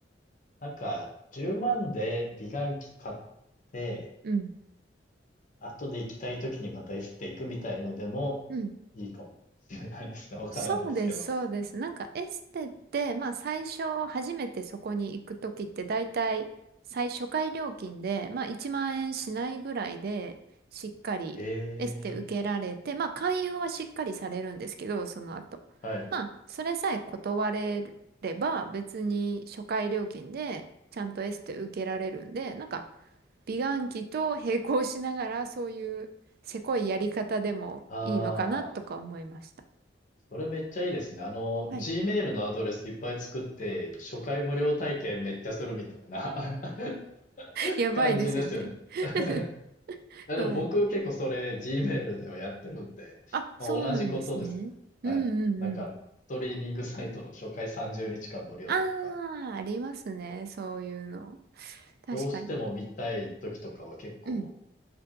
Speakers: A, on the left; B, on the right.
A: なんか、10万で美顔器買って、
B: うん、
A: 後で行きたい時にまたエステ行くみたいのでも
B: うん。
A: いいかもしれないですね。わからないですけど。
B: そうです、そうです。なんかエステって、まあ最初初めてそこに行くときって大体最初回料金で、まあ1万円しないぐらいでしっかりエステ受けられて、
A: へえ、
B: まあ勧誘はしっかりされるんですけど、その後。
A: はい。
B: まあそれさえ断れれば別に初回料金でちゃんとエステ受けられるんで、なんか美顔器と並行しながらそういうせこいやり方でもいいのかなとか思いました。
A: ああ。それめっちゃいいですね。あの、
B: はい
A: Gmail のアドレスいっぱい作って、初回無料体験めっちゃするみたいな <laughs>
B: やばいですよね。
A: 感じですよね。
B: <laughs>
A: <laughs> いやでも僕結構それ
B: うん。
A: Gmail ではやってるんで、
B: あ、
A: まあ、
B: そうなんですね。
A: 同じことです。
B: うんうんうん。
A: はい。なんかあの、ストリーミングサイトの初回30日間無料とか、
B: ああ、ありますね。そういうの。確かに。
A: どうしても見たい時とかは結構、
B: うん、